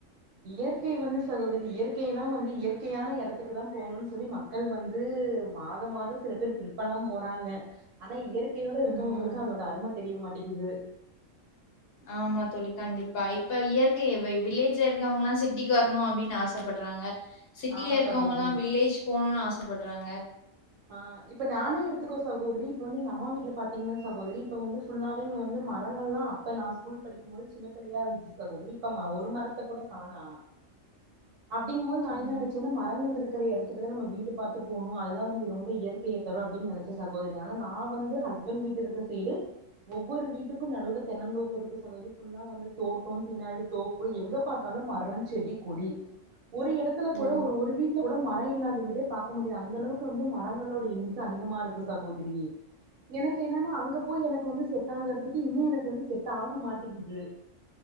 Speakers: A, on the right; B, on the left.
A: இயற்கை வந்து சகோதிரி இயற்கையெல்லா வந்து இயற்கையான எடத்துக்கு தா போணுன்னு சொல்லி மக் கள் வந்து மாத மாத சில பேர் ட்ரிப்பேல்லா போறாங்க ஆனா இயற்கையோட இருக்கவங்களுக்கு
B: ம்
A: அதோட அரும தெரிய மாட்டிகிது
B: ஆமா தோழி கண்டிப்பா இப்ப இயற்கைய வை வில்லேஜ்ல இருக்கவங்களல்லா சிட்டிக்கு வர்ணு அப்டின் ஆஸ் ஆசப்பட்றாங்க சிட்டில
A: ஆமா
B: இருக்கவங்கல்லா
A: சகோதரி
B: வில்லேஜ் போணுனு ஆசப்பட்றாங்க
A: ஆ இப்ப நானே எடுத்துக்கோ சகோதிரி இப்ப வந்து எங்க அம்மா வீட்ல பாத்தீங்ன்னா சகோதிரி இப்ப வந்து ஃபுல்லாவே வந்து மரங்கள்லா அப்ப நா ஸ்கூல் படிக்கும்போது சின்ன நறையா இருந்துச்சு சகோதிரி இப்ப ம ஒரு மரத்த கூட காணு அப்டிங்கும்போது நா
B: ம்
A: என்ன நெனச்சன்னா மரங்கள் இரு க்குற இடத்துக்குதா நம்ம வீடு பாத்து போணு அதுதா வந்து ரொம்ப இயற்கைய தரு அப்பிடின் நனச்ச சகோதரி ஆனா நா வந்து ஹஸ்பண்ட் வீட்டு இருக்குற சைடு ஒவ்வொரு வீட்டுக்கு நடுல தென்னந்தோப்பு இருக்கு சகோதரி ஃபுல்லா வந்து தோட்டம் பின்னாடி தோப்பு எங்க பாத்தா பாத்தாலு மரோ செடி கொடி ஒரு இடத்துல கூட
B: ஓ
A: ஒரு ஒரு வீட்ல கூட மர இல்லாத வீடே பாக்க முடியாது அந்த அளவுக்கு வந்து மர மரங்களோட எண்ணிக்க அதிகமா இருக்கு சகோதிரி எனக்கு என்னன்னா அங்க போய் எனக்கு வந்து செட் ஆகறதுக்கு இன்னி எனக்கு வந்து செட் ஆக மாட்டிகிது